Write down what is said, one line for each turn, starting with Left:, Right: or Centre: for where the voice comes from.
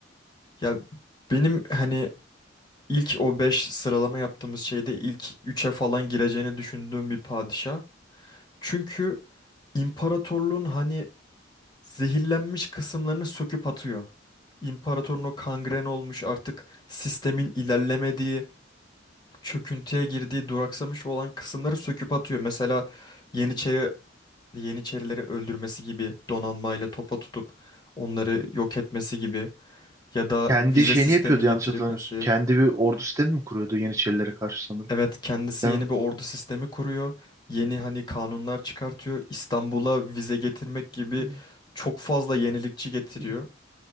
Left: Ya benim hani ilk o 5 sıralama yaptığımız şeyde ilk üçe falan gireceğini düşündüğüm bir padişah. Çünkü imparatorluğun hani zehirlenmiş kısımlarını söküp atıyor. İmparatorun o kangren olmuş artık sistemin ilerlemediği, çöküntüye girdiği, duraksamış olan kısımları söküp atıyor. Mesela Yeniçeri, Yeniçerileri öldürmesi gibi donanmayla topa tutup onları yok etmesi gibi ya da
Right: Kendi
Left: vize
Right: şeyini
Left: sistemi
Right: yapıyordu
Left: getirmesi.
Right: yanlış hatırlamıyorsun. Kendi bir ordu sistemi mi kuruyordu Yeniçerilere karşı sanırım.
Left: Evet kendisi
Right: Değil
Left: yeni
Right: mi?
Left: bir ordu sistemi kuruyor. Yeni hani kanunlar çıkartıyor. İstanbul'a vize getirmek gibi
Right: Hı
Left: çok fazla yenilikçi getiriyor.
Right: hı.